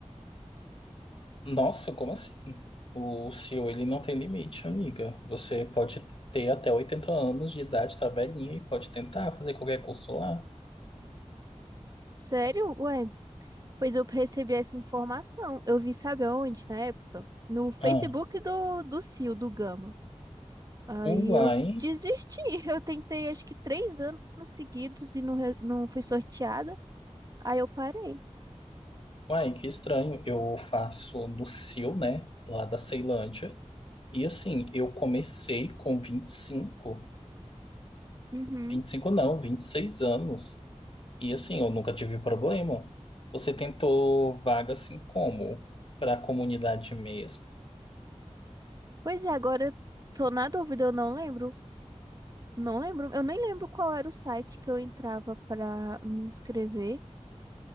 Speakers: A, on the left; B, on the right.
A: Nossa, como assim? O CIO, ele não tem limite, amiga. Você pode ter até 80 anos de idade, tá velhinha, e pode tentar fazer qualquer curso lá.
B: Sério? Ué, pois eu recebi essa informação. Eu vi, sabe aonde, na época? No Facebook
A: Ah,
B: do, do CIO, do Gama. Aí
A: uai,
B: eu desisti. <laughs> Eu tentei acho que três anos seguidos e não, re- não fui sorteada. Aí eu parei.
A: uai, que estranho. Eu faço no CIO, né? Lá da Ceilândia. E assim, eu comecei com vinte vinte e cinco,
B: Uhum.
A: vinte e cinco não, 26 anos. E assim, eu nunca tive problema. Você tentou vaga assim como? Para a comunidade mesmo?
B: Pois é, agora eu tô na dúvida, eu não lembro. Não lembro, eu nem lembro qual era o site que eu entrava pra me inscrever.